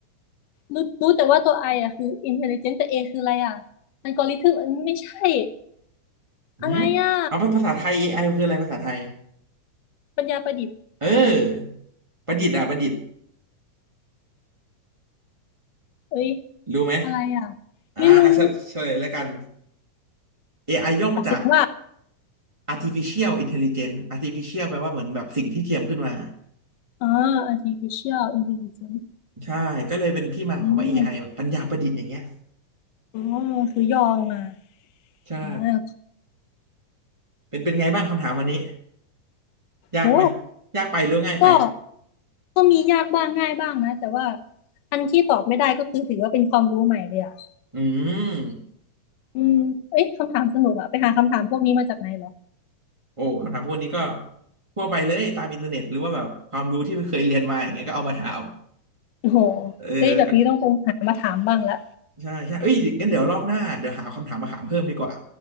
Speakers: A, on the left; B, on the right.
A: รู้รู้แต่ว่าตัว I ออ่ะคือ intelligent แต่ A คืออะไรอ่ะอัลกอริทึมไม่ใช่
B: หืมเอาภาษาไทย
A: อะไรอ่ะ
B: AI มันคืออะไรภาษาไทย
A: ปัญญาประดิษฐ์
B: เออประดิษฐ์อ่ะประดิษฐ์
A: เอ้ย
B: รู้ไหม
A: อะไรอ่ะ
B: อ่าอ่ะเฉเฉลยแล้วกัน
A: ไม่รู้
B: AI ย่อมาจาก
A: ออกเสียงว่า
B: artificial intelligence artificial แปลว่าเหมือนแบบสิ่งที่เทียมขึ้นมา
A: อ่า artificial intelligence
B: ใช่ก็เลยเป็นที่มาของคำว่าเอไอแบบปัญญาประดิษฐ์อย่างเงี้ย
A: อืมอ๋อคือย่อลงมา
B: ใช่
A: อ่า
B: เป็นเป็นไงบ้างคำถามวันนี้ยากไหม
A: โอ้
B: ยากไปหรือง่ายไป
A: ก็ก็มียากบ้างง่ายบ้างนะ แต่ว่าอันที่ตอบไม่ได้ก็คือถือว่าเป็นความรู้ใหม่เลยอ่ะ
B: อืม
A: อืมเอ้ยคำถามสนุกอ่ะ ไปหาคำถามพวกนี้มาจากไหนเหรอ
B: โอ้คำถามพวกนี้ก็ทั่วไปเลยตามอินเทอร์เน็ตหรือว่าแบบความรู้ที่เคยเรียนมาอย่างเงี้ยก็เอามาถาม
A: โอ้โห
B: เออก็
A: เฮ้ยแบบนี้ต้องไปหามาถามบ้างละ
B: ใช่ใช่เอ้ยงั้นเดี๋ยวรอบหน้าเดี๋ยวหาคำถามมาถามเพิ่มดีกว่า